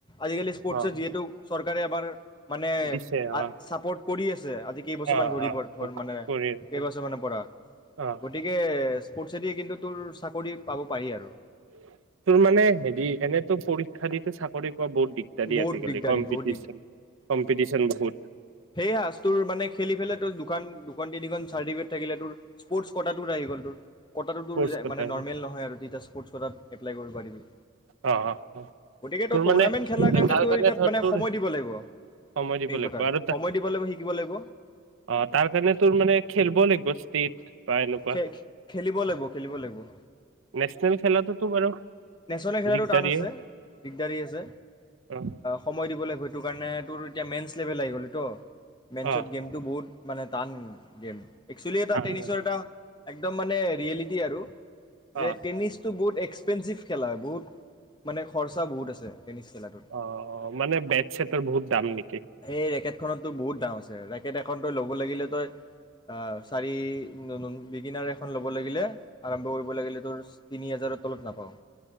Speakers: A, on the left; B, on the right.
A: আজিকালি স্প'ৰ্টছে
B: অ',
A: যিহেতু চৰকাৰে আমাৰ মানে
B: দিছে
A: আ
B: অ',
A: ছাপ'ৰ্ট কৰি আছে যে আজি কেইবছৰ
B: অ',
A: মান ধৰি ধৰ
B: অ',
A: মানে
B: কৰি আছে
A: কেইবছৰ মানৰ পৰা
B: অ',
A: গতিকে ষ্প'ৰ্টছে দিয়ে কিন্তু তোৰ চাকৰি পাব পাৰি
B: তোৰ
A: আৰু।
B: মানে হেৰি এনেতো পৰী শ্ষাতে চাকৰি <unintelligible> বহুত দিগদাৰি
A: বহুত
B: আজিকালি
A: দিগদাৰী
B: কম্পিটিশন
A: বহুত
B: কম্পিটিশন বহুত
A: সেইয়া তোৰ মানে খেলি পেলাই তোৰ দু দুখন তিনিখন চাৰ্টিফিকট থাকিলে তোৰ স্পৰ্টছ কোটাটো আহি গ'ল তোৰ কটাটো তোৰ
B: কৰ্চ কটা
A: মানে নৰ্মেল নহয় আৰু তেতিয়া স্পৰ্টছ তই তাত এপ্লাই কৰিৱ পাৰিবি
B: অ অ অ
A: গতিকে
B: তোৰ
A: তই টুৰ্ণামেণ্ট
B: মানে
A: খেলাৰ
B: তাৰ
A: তোৰ
B: কাৰণে
A: এতিয়া
B: ধৰ
A: মানে
B: তোৰ
A: সময় দিব লাগিব
B: সময় দিব
A: মেইন
B: লাগিব
A: কথা
B: আৰু তা
A: সময় দিব লাগিব শিকিব লাগিব
B: অ তাৰ কাৰণে তোৰ মানে খেল বল এক ব্যাস্ ষ্টেট বা এনেকুৱা
A: খে খেলিব লাগিব খেলিব লাগিব
B: নেচনেল খেলাটোতো বাৰু
A: মানে খেলাটো
B: দিগদাৰিয়ে
A: টান আছে দিগদাৰি আছে
B: অ',
A: সময় দিব লাগিব তোৰ কাৰণে তোৰ এতিয়া মেইঞ্চ লেভেল আহি গ'ল তো মেইনছত
B: অ',
A: গেমটো বহুত মানে টান গেম একচুয়েলি
B: টান
A: টেনিছৰ
B: হয়
A: এটা একদম মানে ৰিয়েলিটি আৰু যে
B: অ',
A: টেনিছ টো বহুত এক্সপেনচিভ খেলা হয় বহুত, মানে খৰচা বহুত আছে। টেনিছ খেলাটোত।
B: অ', মানে বেট চেটৰ বহুত দাম নেকি
A: সেই ৰেকেটখনতো বহুত দা আচ্ছা ৰেকেট এখন তই ল'ব লাগিলে তই, এ চাৰি ই ন ন বিগিনাৰ এখন ল ল'ব লাগিলে, আৰম্ভ কৰিব লাগিলে তোৰ তিনি হাজাৰৰ তলত নাপাওঁ।